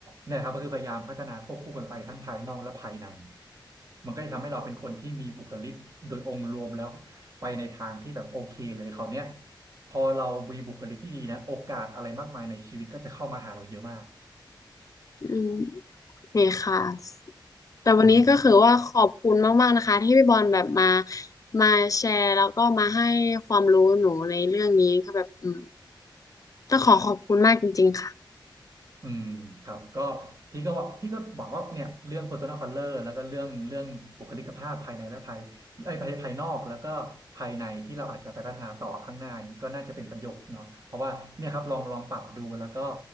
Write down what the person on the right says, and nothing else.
เนี่ยครับก็คือพยายามพัฒนาควบคู่กันไปทั้งภายนอกและภายในมันก็จะทำให้เราเป็นคนที่มีบุคลิกโดยองค์รวมแล้วไปในทางที่แบบโอเคเลยคราวเนี้ยพอเรามีบุคลิกที่ดีนะโอกาสอะไรมากมายในชีวิตก็จะเข้ามาหาเราเยอะมาก
อืม
อืมครับก็พี่ก็หวังพี่ก็หวังว่าเนี่ยเรื่อง personal color แล้วก็เรื่องเรื่องบุคลิกภาพภายในและภายไอ้ยภายภายนอกแล้วก็ภายในที่เราอาจจะไปพัฒนาต่อข้างหน้าเนี่ยก็น่าจะเป็นประโยชน์เนาะเพราะว่าเนี่ยครับลองลองปรับดูแล้วก็